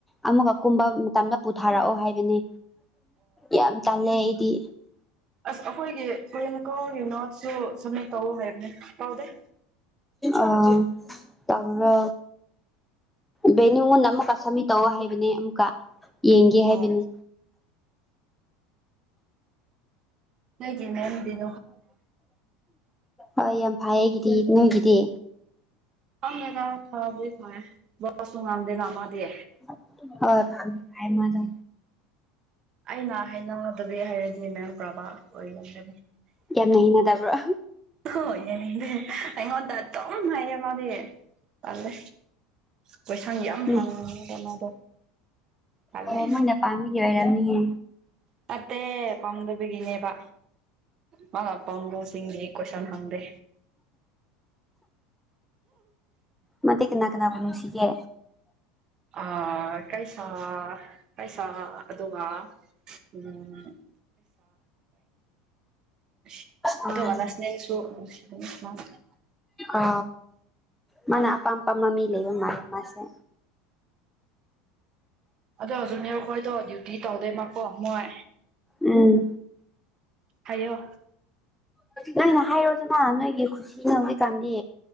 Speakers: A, in the centre; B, on the right (about 30°).
A: ꯑꯃꯒ ꯀꯨꯝꯕ ꯃꯇꯝꯗ ꯄꯨꯊꯥꯔꯛꯑꯣ ꯍꯥꯏꯕꯅꯦ ꯌꯥꯝ ꯇꯜꯂꯦ ꯑꯩꯗꯤ
B: ꯑꯁ ꯑꯩꯈꯣꯏꯒꯤ <unintelligible> ꯅꯣꯠꯁꯨ ꯁꯃꯤꯠ ꯇꯧ ꯍꯥꯏꯕꯅꯦ ꯇꯧꯗꯦ
A: ꯑ ꯇꯧꯋꯣ ꯕꯦꯅꯨꯉꯣꯟꯗ ꯑꯃꯨꯛꯀ ꯁꯃꯤꯠ ꯇꯧꯋꯣ ꯍꯥꯏꯕꯅꯦ ꯑꯃꯨꯛꯀ ꯌꯦꯡꯒꯦ ꯍꯥꯏꯕꯅꯦ
B: ꯑꯣ <unintelligible>
A: ꯍꯣꯏ ꯌꯥꯝ ꯐꯥꯢ ꯑꯩꯒꯤꯗꯤ ꯅꯣꯏꯒꯤꯗꯤ
B: ꯈꯪꯗꯦꯗ ꯐꯥꯕꯗꯤ ꯐꯥꯢ ꯋꯥꯁꯨ ꯉꯥꯡꯗꯦꯅ ꯃꯥꯗꯤ
A: ꯑ ꯐꯕꯗꯤ ꯐꯩ ꯃꯥꯗꯣ
B: ꯑꯩꯅ ꯍꯥꯏꯅꯗꯕꯣ ꯍꯥꯏꯔꯗꯤ ꯃꯦꯝ ꯄ꯭ꯔꯕꯥ ꯑꯣꯏꯔꯝꯒꯅꯤ
A: ꯌꯥꯝꯅ ꯍꯩꯅꯗꯕ꯭ꯔꯥ
B: ꯍꯣꯢ ꯌꯦꯅꯤꯗꯦ ꯑꯩꯉꯣꯟꯗ ꯑꯗꯨꯝ ꯂꯩꯌꯦ ꯃꯥꯗꯤ ꯇꯜꯂꯦ ꯀꯣꯏꯁꯟ ꯌꯥꯝ
A: ꯑꯣ
B: ꯍꯪꯉꯦꯕ ꯃꯥꯗꯣ ꯇꯜꯂꯦ
A: ꯑꯣ ꯃꯣꯏꯅ ꯄꯥꯝꯕꯒꯤ ꯐꯣꯢꯔꯝꯅꯤꯌꯦ
B: ꯅꯠꯇꯦ ꯄꯥꯝꯗꯕꯤꯒꯤꯅꯦꯕ ꯃꯥꯅ ꯑꯄꯥꯥꯝꯕꯨꯁꯤꯡꯗꯤ ꯀꯣꯏꯁꯟ ꯍꯪꯗꯦ
A: ꯃꯥꯗꯤ ꯀꯅꯥ ꯀꯅꯥ ꯅꯨꯡꯁꯤꯒꯦ
B: ꯑꯥ ꯀꯩꯁꯥ ꯀꯩꯁꯥ ꯑꯗꯨꯒ ꯎꯝ <unintelligible>
A: ꯑꯥ
B: ꯑꯗꯣꯒ <unintelligible> ꯅꯨꯡꯁꯤꯕꯅꯦ ꯃꯥꯁꯦ
A: ꯑ ꯃꯥꯅ ꯑꯄꯥꯝ ꯑꯄꯥꯝꯕ ꯃꯤ ꯂꯩꯕ ꯃꯥꯜꯂꯦ ꯃꯥꯁꯦ
B: ꯑꯗꯣ ꯖꯨꯅꯤꯌꯔꯔ ꯈꯣꯏꯗꯣ ꯗ꯭ꯌꯨꯇꯤ ꯇꯧꯗꯦꯃꯀꯣ ꯃꯣꯏ
A: ꯎꯝ
B: ꯍꯥꯏꯌꯣ
A: ꯅꯩꯅ ꯍꯥꯏꯔꯣꯗꯅ ꯅꯣꯏꯒꯤ ꯈꯨꯁꯤꯅ ꯍꯧꯖꯤꯛꯀꯥꯟꯗꯤ